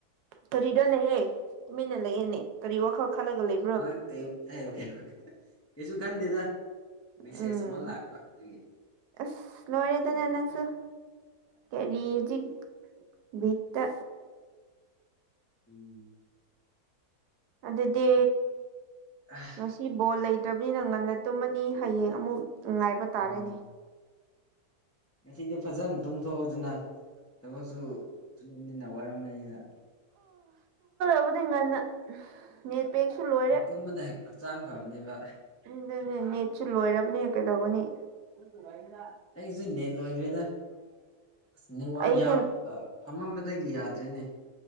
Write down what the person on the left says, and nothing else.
ꯑ ꯀꯩ <unintelligible> ꯀꯩꯁꯨ ꯈꯟꯗꯦꯗꯥ ꯃꯦꯁꯦꯖ
ꯑꯃ ꯂꯥꯛꯄ ꯑꯗꯨꯒꯤ
ꯎꯝ
ꯑꯥ
ꯎꯝ ꯉꯁꯤꯗꯤ ꯐꯖꯅ ꯇꯨꯝꯊꯣꯛꯎꯗꯅ ꯊꯕꯛꯁꯨ ꯁꯨꯕꯅꯤꯅ ꯋꯥꯔꯝꯃꯅꯤꯅ
<unintelligible> ꯍꯛꯆꯥꯡ ꯐꯕꯅꯦꯕ
ꯑꯩꯁꯨ ꯅꯦꯠ ꯂꯣꯏꯒ꯭ꯔꯦꯗ ꯑꯁ ꯅꯦꯠꯋꯥꯛ
ꯌꯕ ꯑ ꯐꯝꯃꯝꯕꯗꯒꯤ ꯌꯥꯗ꯭ꯔꯦꯅꯦ